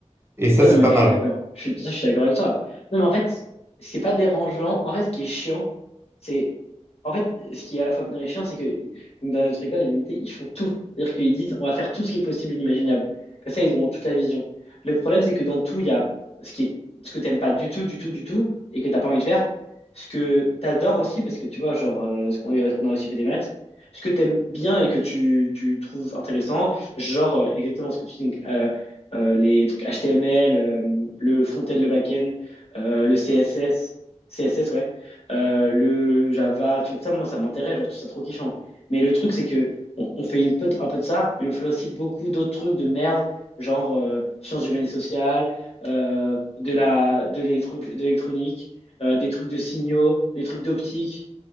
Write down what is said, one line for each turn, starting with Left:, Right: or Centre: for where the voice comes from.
Right: Et ça,
Left: Ouais, non,
Right: c'est
Left: mais
Right: pas
Left: je
Right: mal.
Left: suis d'accord. Je suis, ça, je suis d'accord avec toi. Non, mais en fait, c'est pas dérangeant. En fait, ce qui est chiant, c'est. En fait, ce qui est à la fois bien et chiant, c'est que donc, dans notre école, les MT, ils font tout. C'est-à-dire qu'ils disent, on va faire tout ce qui est possible et inimaginable. Comme ça, ils auront toute la vision. Le problème, c'est que dans tout, il y a ce qui est, ce que t'aimes pas du tout, du tout, du tout, et que t'as pas envie de faire. Ce que t'adores aussi, parce que tu vois, genre, euh, ce qu'on on a aussi fait des maths. Ce que t'aimes bien et que tu, tu trouves intéressant, genre, euh, exactement ce que tu dis, donc, euh, euh, les trucs HTML, euh, le front-end, le back-end, euh, le CSS, CSS, ouais, euh, le Java, tu vois, ça, moi, ça m'intéresse, genre, je trouve ça trop kiffant. Mais le truc, c'est que on, on fait une peu, un peu de ça, mais on fait aussi beaucoup d'autres trucs de merde, genre euh, sciences humaines et sociales, euh, de la, de l'électro- de l'électronique, euh, des trucs de signaux, des trucs d'optique.